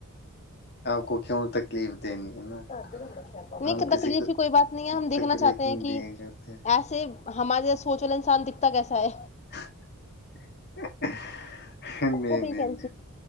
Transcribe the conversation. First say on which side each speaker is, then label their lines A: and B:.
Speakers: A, on the left; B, on the left.
A: تو کیوں ہو تکلیف دینی ہے نا
B: تکلیف
A: ہم کسی کو
B: کی کوئی بات نہیں ہے ہم دیکھنا
A: تکلیف
B: چاہتے
A: نہیں
B: ہیں کہ
A: دیا کرتے ہیں۔
B: ایسے ہمارے سوچ والا انسان دکھتا کیسا ہے
A: <inaudible> نہیں
B: وہ بھیی
A: نہیں نہیں